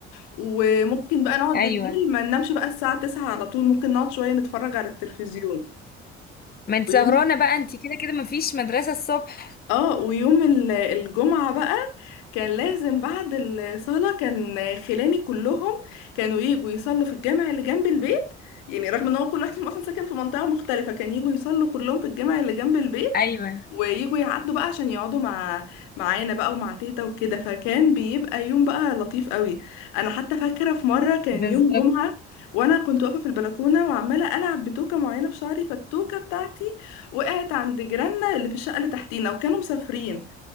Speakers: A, on the left; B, on the left.
A: وممكن بقى نقعد
B: أيوة
A: بالليل ما ننامش بقى الساعة 9 على طول ممكن نقعد شوية نتفرج على التلفزيون
B: ما أنت
A: ويوم
B: سهرانة بقى أنت كده كده مفيش مدرسة الصبح
A: اه ويوم ال- الجمعة بقى كان لازم بعد الصلاة كان خلاني كلهم كانوا يجوا يصلوا في الجامع اللي جنب البيت يعني رغم ان هو كل واحد فيهم اصلا ساكن في منطقة مختلفة كان يجوا يصلوا كلهم في الجامع اللي جنب البيت
B: أيوة
A: ويجوا يعدوا بقى عشان يقعدوا مع معانا بقى ومع تيتا وكده فكان بيبقى يوم بقى لطيف قوي انا حتى فاكرة في مرة كان
B: بالظبط
A: يوم جمعة وانا كنت واقفة في البلكونة وعمالة العب بتوكة معينة في شعري فالتوكة بتاعتي وقعت عند جيراننا اللي في الشقة اللي تحتينا وكانوا مسافرين